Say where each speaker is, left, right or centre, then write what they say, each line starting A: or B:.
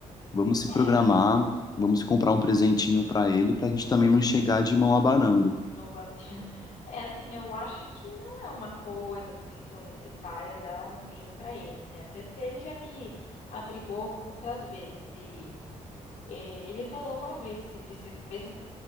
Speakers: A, on the left (about 30°); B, on the left (about 75°).
A: Vamos se
B: É,
A: programar,
B: eu
A: vamos comprar um presentinho para ele, pra gente também não chegar de mão abanando.
B: De mão vazia. <laughs> É, assim, eu acho que não é uma coisa assim tão necessária dar um vinho para ele, né? Até porque ele já me abrigou outras vezes e eh, ele falou uma vez que se precisa, mesmo que